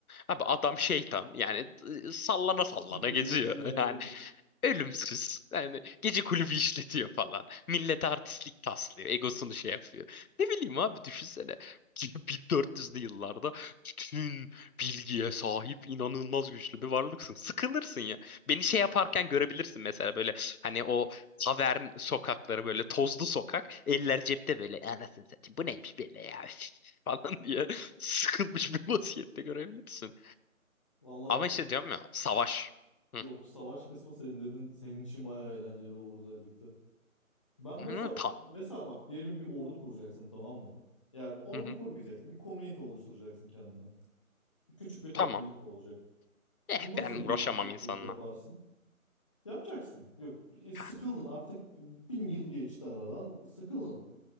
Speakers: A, on the left; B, on the left.
A: Abi adam şeytan. Yani e, sallana
B: Sıkılıyor
A: sallana geziyor.
B: dünyaya
A: <laughs> Yani
B: geliyor.
A: Ölümsüz. Yani gece kulübü işletiyor falan. Millete artistlik taslıyor. Egosunu şey yapıyor. Ne bileyim abi düşünsene. 1400'lü yıllarda bütün bilgiye sahip inanılmaz güçlü bir varlıksın. Sıkılırsın ya. Beni şey yaparken görebilirsin mesela böyle hani o tavern sokakları böyle tozlu sokak. Eller cepte böyle anasını satayım bu neymiş böyle ya <laughs> falan diye sıkılmış bir vaziyette görebilirsin.
B: Valla
A: Ama işte diyorum ya savaş. Hı.
B: yok savaş kısmı senin dedin senin için bayağı eğlenceli olur özellikle. Ben mesela
A: Hı, ta-
B: mesela bak diyelim bir ordu kuracaksın tamam mı? Yani ordu
A: hı hı.
B: kurmayacaksın. Bir komünite oluşturacaksın kendine. Küçük bir topluluk
A: Tamam.
B: olacak.
A: Eh
B: Nasıl
A: ben
B: bir
A: uğraşamam
B: topluluk
A: insanla.
B: yaparsın? Yapacaksın. Yok e, sıkıldın
A: Ha,
B: artık bin yıl geçti aradan sıkıldın.